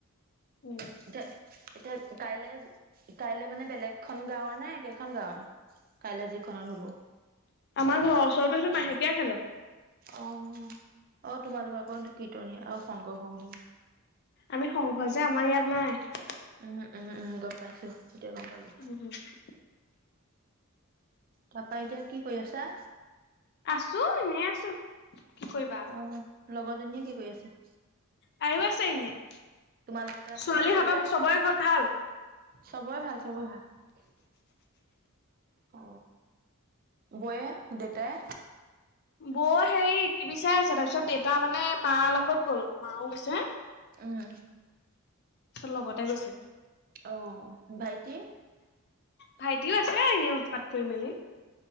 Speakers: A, on the left; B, on the right.
A: উম
B: এতিয়া এতিয়া কাইলে কাইলে মানে বেলেগখন গাঁৱৰ নে একেখন গাঁৱৰে? কাইলে যিখনত হ'ব।
A: আমাৰ ঘৰৰ ওচৰতো সেইটো মাহেকীয়া খেলৰ।
B: অ অ তোমালোক আক কীৰ্তনীয়া অ সংকৰ সংঘ।
A: আমি সংঘ যে আমাৰ ইয়াত নাই।
B: ওহ ওহু ওহু গম পাইছো। এতিয়া গম পালো
A: উম হ <inaudible>
B: তাৰপা এতিয়া কি কৰি আছা?
A: আছো এনেই আছো। কৰিবা
B: অ লগৰজনীয়ে কি কৰি আছে?
A: তাইয়ো আছে এনেই, ছোৱালীহতৰ
B: তোমাৰ লগতে আছে নে ওচৰতে
A: চবৰে ঘৰত ভাল?
B: চবৰে ভাল চবৰে ভাল। অ বৌয়ে দেউতাই?
A: বৌ হেৰি টিভি চাই আছে, তাৰপিছত দেউতা মানে মাৰ লগত গ'ল মাও গৈছে।
B: উম
A: তাৰপিছত লগতে গৈছে
B: উম্ <inaudible> অ ভাইটি?
A: ভাইটিও আছে এনেই উৎপাত কৰি মেলি?